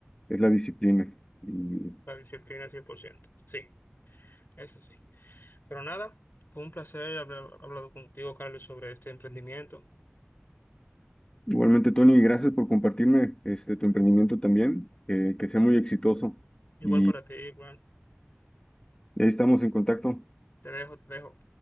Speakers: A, on the left; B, on the left.
A: es la disciplina. Y
B: La disciplina al cien por ciento Sí, eso sí. Pero nada, fue un placer haber hablado contigo, Carlos, sobre este emprendimiento.
A: igualmente, Tony, gracias por compartirme este, tu emprendimiento también, eh, que sea muy exitoso
B: Igual
A: y
B: para ti, bueno,
A: ahí estamos en contacto.
B: te dejo, te dejo.